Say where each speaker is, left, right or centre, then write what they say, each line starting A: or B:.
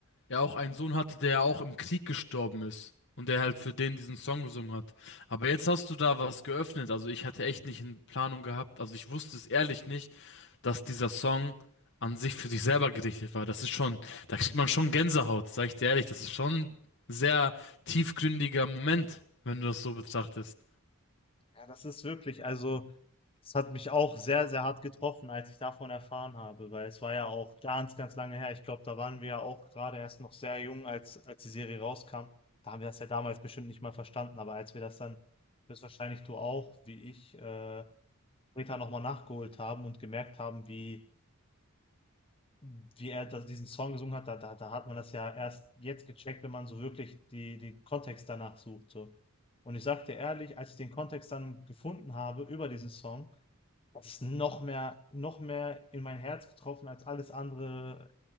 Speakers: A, on the left; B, on the left.
A: er auch einen Sohn hatte, der auch im Krieg gestorben ist. Und der halt für den diesen Song gesungen hat. Aber jetzt hast du da was geöffnet. Also ich hatte echt nicht in Planung gehabt. Also ich wusste es ehrlich nicht. dass dieser Song an sich für sich selber gerichtet war. Das ist schon, da kriegt man schon Gänsehaut, sag ich dir ehrlich. Das ist schon ein sehr tiefgründiger Moment, wenn du das so betrachtest.
B: Ja, das ist wirklich, also es hat mich auch sehr, sehr hart getroffen, als ich davon erfahren habe, weil es war ja auch ganz, ganz lange her. Ich glaube, da waren wir ja auch gerade erst noch sehr jung, als, als die Serie rauskam. Da haben wir das ja damals bestimmt nicht mal verstanden, aber als wir das dann, höchstwahrscheinlich du auch, wie ich, äh, später nochmal nachgeholt haben und gemerkt haben, wie wie er das, diesen Song gesungen hat, da, da, da hat man das ja erst jetzt gecheckt, wenn man so wirklich die, den Kontext danach sucht. So. Und ich sag dir ehrlich, als ich den Kontext dann gefunden habe über diesen Song, hat es noch mehr, noch mehr in mein Herz getroffen als alles andere,